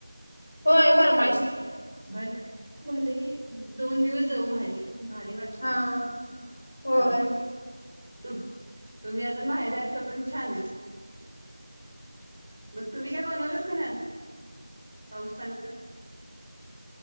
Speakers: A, on the left (about 25°); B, on the right (about 20°).
A: होय. फरमाईश
B: म्ह भले भलेही दोन दिवस जाऊ माहेरी भारी वाट''--''
A: हा
B: त खरंच.
A: होय
B: अ हं तुम्ही अजून माहेर आहेत तोपर्यंत छान आहे. म तुम्ही काय बनवलत का नाही आज पाऊस पाण्याचं.